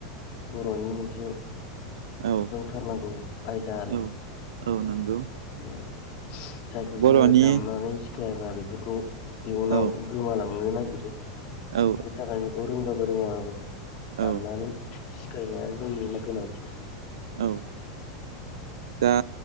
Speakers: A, on the left; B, on the right.
A: बर'नि मोनसे
B: औ
A: रोंथारनांगौ आयदा आरो।
B: औ औ नंगौ।
A: उम जायखौ
B: बर'नि
A: जोङो दामनानै सिखायाबा बेफोरखौ इयुनाव
B: औ
A: गोमालांनो नागिरो बिनि
B: औ
A: थाखायनो बेखौ रोंबाबो रोङाबाबो
B: औ
A: दामनानै सिखायनाया जोंनिनो गोनांथि।
B: औ दा